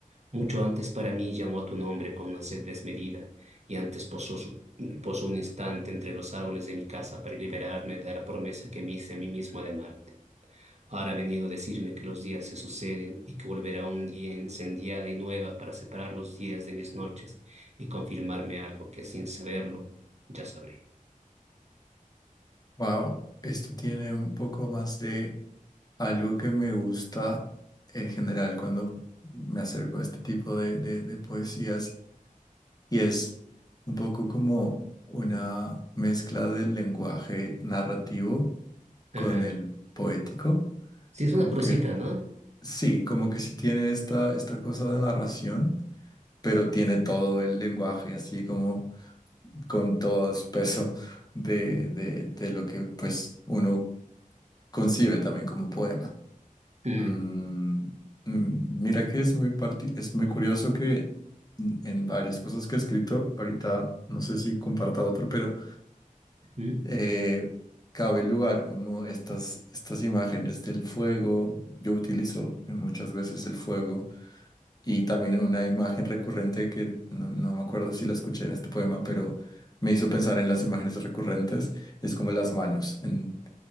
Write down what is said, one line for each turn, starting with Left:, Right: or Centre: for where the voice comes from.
Right: Mucho antes para mí llamó a tu nombre con una sed desmedida, y antes posó, su- posó un instante entre los árboles de mi casa para liberarme de la promesa que me hice a mí mismo de amarte. Ahora ha venido a decirme que los días se suceden y que volverá un día incendiada y nueva para separar los días de mis noches y confirmarme algo que sin saberlo ya sabré.
Left: wow, esto tiene un poco más de algo que me gusta en general cuando me acerco a este tipo de, de de poesías Y es un poco como una mezcla del lenguaje narrativo
Right: Ajá.
Left: con el poético.
Right: Sí, es
Left: Como
Right: una prosita,
Left: que
Right: ¿no?
Left: sí, como que sí tiene esta, esta cosa de narración, pero tiene todo el lenguaje así como con todo su peso de,
Right: Mm,
Left: de, de lo que pues uno concibe también como poema.
Right: mm,
Left: Mm, mm, mira que es muy, parti- es muy curioso que en en varias cosas que he escrito. Ahorita no sé si comparta otro, pero
Right: mm.
Left: eh, cabe lugar como estas, estas imágenes del fuego. Yo utilizo muchas veces el fuego y también una imagen recurrente que no, no me acuerdo si la escuché en este poema, pero me hizo pensar en las imágenes recurrentes, es como las manos. En-